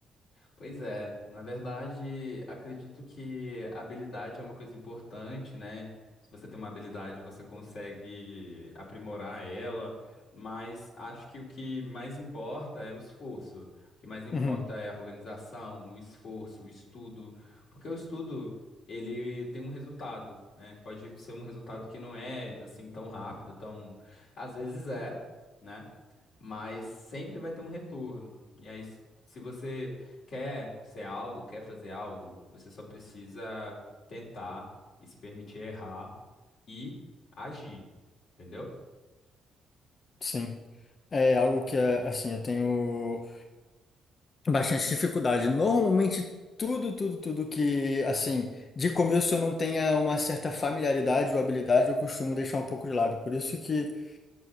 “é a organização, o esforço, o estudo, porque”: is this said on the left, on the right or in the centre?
Left